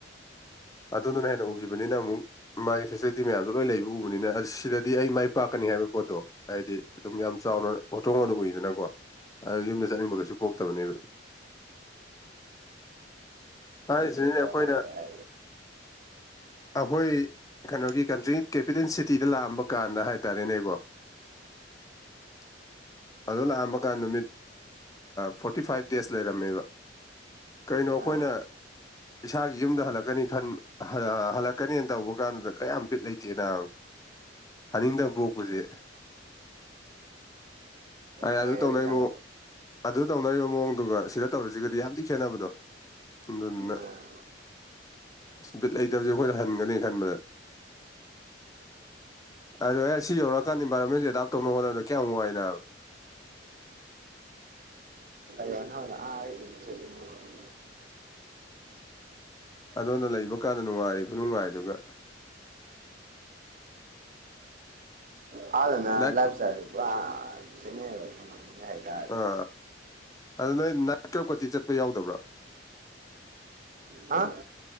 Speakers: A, on the left; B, on the right.
A: ꯑꯗꯨꯗꯒꯤ ꯍꯦꯟꯅ ꯎꯈꯤꯕꯅꯤꯅ ꯑꯃꯨꯛ ꯃꯥꯒꯤ ꯐꯦꯁꯤꯂꯤꯇꯤ ꯃꯌꯥꯝꯗꯣ ꯂꯣꯏ ꯂꯩꯕ ꯎꯕꯅꯤꯅ ꯁꯤꯗꯗꯤ ꯑꯩ ꯃꯥꯏ ꯄꯥꯛꯀꯅꯤ ꯍꯥꯏꯕ ꯄꯣꯠꯇꯣ ꯍꯥꯏꯗꯤ ꯑꯗꯨꯝ ꯌꯥꯝ ꯆꯥꯎꯅ ꯍꯣꯇꯔꯣ ꯍꯣꯅ ꯎꯨꯏꯗꯅꯀꯣ ꯑꯗꯨ ꯌꯨꯝꯗ ꯆꯠꯅꯤꯡꯕ ꯀꯩꯁꯨ ꯄꯣꯛꯇꯕꯅꯦꯕ ꯍꯥꯏꯁꯤꯅꯦ ꯑꯩꯈꯣꯏꯅ
B: ꯑꯥ
A: ꯑꯩꯈꯣꯏ ꯀꯩꯅꯣꯒꯤ ꯀꯟꯇ꯭ꯔꯤ ꯀꯦꯄꯤꯇꯦꯜ ꯁꯤꯇꯤꯗ ꯂꯥꯛꯑꯝꯕ ꯀꯥꯟꯗ ꯍꯥꯏꯇꯥꯔꯦꯅꯦꯕꯣ ꯫ <unintelligible> ꯑꯗꯣ ꯂꯥꯛꯑꯝꯃꯀꯥꯟꯗ ꯅꯨꯃꯤꯠ ꯐꯣꯔꯇꯤ ꯐꯥꯏꯚ ꯗꯦꯖ ꯂꯩꯔꯝꯃꯦꯕ ꯀꯩꯅꯣ ꯑꯩꯈꯣꯏꯅ
B: ꯑꯥ
A: ꯏꯁꯥꯒꯤ ꯌꯨꯝꯗ ꯍꯜꯂꯛꯀꯅꯤ ꯍꯜꯂꯛꯀꯅꯤꯅ ꯇꯧꯕ ꯀꯥꯟꯗꯨꯗ ꯀꯌꯥꯝ ꯄꯤꯠ ꯂꯩꯇꯦꯅ ꯍꯥꯅꯤꯡꯗꯕ ꯄꯣꯛꯄꯁꯦ ꯑꯗ
B: ꯃꯣꯏ
A: ꯇꯧꯅꯩ
B: ꯑꯦꯛꯖꯥꯝ
A: ꯃꯑꯣꯡ ꯑꯗꯨ ꯇꯧꯅꯔꯤꯕ ꯃꯑꯣꯡꯗꯨꯒ ꯁꯤꯗ ꯇꯧꯔꯁꯤꯒꯗꯤ ꯌꯥꯝ ꯊꯤꯅ ꯈꯦꯠꯅꯕꯗꯣ ꯑꯗꯨꯗꯨꯅ
B: ꯑꯥ
A: ꯄꯤꯠ ꯂꯩꯇꯕꯁꯦ ꯑꯩꯈꯣꯏꯅ ꯍꯟꯒꯅꯤ ꯈꯟꯕꯗ ꯑꯗ ꯑꯩ ꯁꯤ ꯌꯧꯔꯛꯀꯥꯟ ꯏꯟꯚꯥꯏꯔꯣꯟꯃꯦꯟꯁ ꯑꯦꯗꯥꯞ ꯇꯧꯅꯕ ꯍꯣꯠꯅꯕꯗ ꯀꯌꯥꯝ ꯋꯥꯏ ꯅꯕ ꯫ <unintelligible>
B: ꯫ <inaudible>
A: ꯑꯗꯣꯝꯗ ꯂꯩꯕ ꯀꯥꯟꯗ ꯅꯨꯡꯉꯥꯏꯔꯤ ꯈꯨꯅꯨꯡꯉꯥꯏꯗꯨꯒ
B: ꯑꯗꯨꯅ
A: ꯅꯥꯏꯠ
B: ꯂꯥꯏꯐ ꯢꯁꯇꯥꯟ ꯁꯤ ꯄꯨꯔ ꯈꯦꯟꯅꯩꯕ
A: ꯑ ꯑꯗꯨ ꯅꯣꯏ ꯅꯥꯏꯠ ꯀ꯭ꯂ꯭ꯔꯕꯀꯇꯤ ꯆꯠꯄ ꯌꯥꯎꯗꯕ꯭ꯔꯥ
B: ꯍꯥ